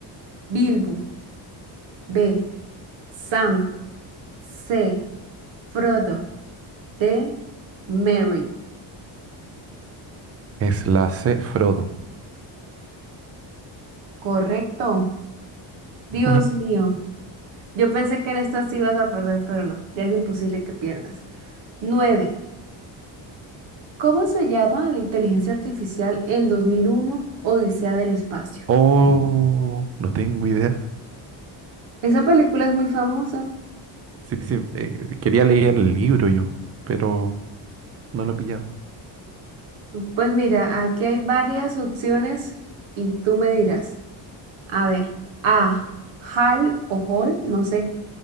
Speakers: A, on the right; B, on the right.
A: Bilbo. B. Sam. C. Frodo. D. Mary.
B: Es la C, Frodo.
A: Correcto. Dios
B: <laughs>
A: mío. Yo pensé que en esta sí ibas a perder, pero no. Ya es imposible que pierdas. 9. ¿Cómo se llama la inteligencia artificial en 2001? Odisea del Espacio?
B: Oh, no tengo idea.
A: Esa película es muy famosa.
B: Sí, sí, eh, quería leer el libro yo, pero no lo he pillado.
A: Pues mira, aquí hay varias opciones y tú me dirás. A ver, A, HAL o hall, no sé.